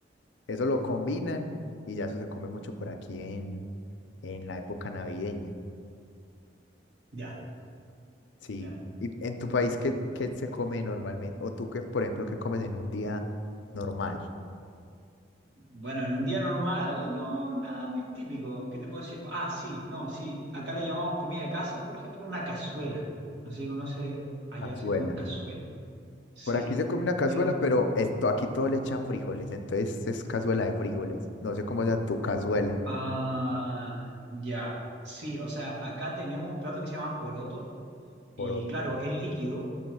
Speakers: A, on the left; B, on the right.
A: Eso lo combinan y ya eso se come mucho por aquí en, en la época navideña.
B: ya,
A: Sí.
B: ya.
A: ¿Y en tu país qué, qué se come normalmente? O tú que, por ejemplo, qué comes en un día normal,
B: Bueno, en un día normal, no, nada muy típico. ¿Qué te puedo decir? Ah, sí, no, sí. Acá le llamamos comida de casa, por ejemplo, una cazuela. No sé si conoce, allá
A: cazuela.
B: se come cazuela. Sí.
A: Por aquí se come una cazuela,
B: Eu-
A: pero esto aquí todo le echan frijoles, entonces es cazuela de frijoles. No sé cómo sea tu cazuela.
B: ah, ya. Sí, o sea, acá tenemos un plato que se llama poroto y
A: Poroto.
B: claro, es líquido O